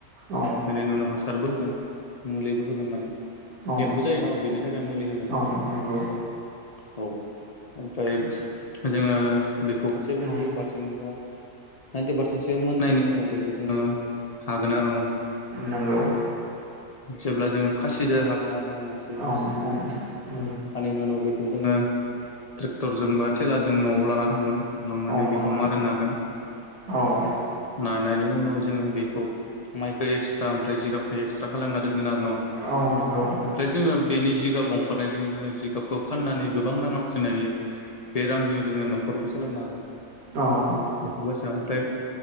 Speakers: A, on the right; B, on the left.
A: औ
B: बिनि उनाव हासारबो होगोन मुलिबो होगोन माने
A: औ
B: एम्फौ जायोना बेनि थाखाय मुलि होगोन
A: औ नंगौ।
B: औ ओमफ्राय जोङो बेखौ सेभेन्टि
A: औ
B: पारसेन बा नाइन्टि पारसेन्टसो मोननायनि उनाव बेखौ जोङो खागोन आरो न'
A: नांगौ।
B: जेब्ला जोंङो खासिजों हागोन आरो ना मानसि
A: <unintelligible>
B: खानायनि उनाव बेखौ जोङो। ट्रेक्टरजों बा थेलाजों न'आव लाना थांगोन लांनानै
A: नंगौ
B: बेखौ मा मारा नागोन।
A: औ
B: नानायनि उनाव जोङो बेखौ माइखौ एक्सट्रा ओमफ्राय जिगाबखौ एक्सट्रा खालामना दोनगोन आरो न'
A: औ
B: ओमफ्राय जोङो बेनि जिगाब अंखारनायदों जोङो जिगाबखौ फाननानै गोबां रां आरजिनो हायो। बे रांजों जोङो न'खरबो सालायनो हागोन
A: नंगौ
B: बेफोरबायसा ओमफ्राय